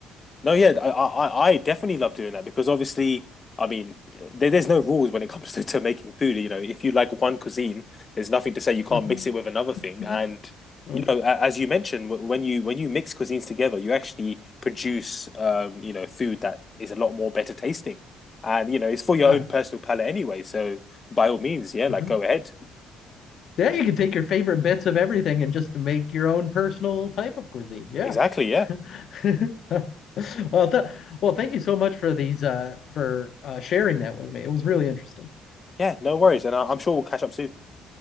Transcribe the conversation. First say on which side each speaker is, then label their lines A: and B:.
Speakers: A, on the left; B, on the left.
A: No, yeah, I, I, I definitely love doing that because obviously, I mean, there, there's no rules when it comes <laughs> to, to making food. You know, if you like one cuisine, there's nothing to say you can't
B: Mhm.
A: mix it with another thing.
B: Mhm.
A: And
B: Oh.
A: you know, a- as you mentioned, wh- when you when you mix cuisines together, you actually produce, um, you know, food that is a lot more better tasting. And you know, it's for your
B: Ah.
A: own personal palate anyway. So by all means, yeah, like
B: Mhm.
A: go ahead.
B: Yeah, you can take your favorite bits of everything and just make your own personal type of cuisine. Yeah.
A: Exactly, yeah,
B: <laughs> Well, th well, thank you so much for these uh for uh sharing that with me. It was really interesting.
A: yeah, no worries. And I, I'm sure we'll catch up soon.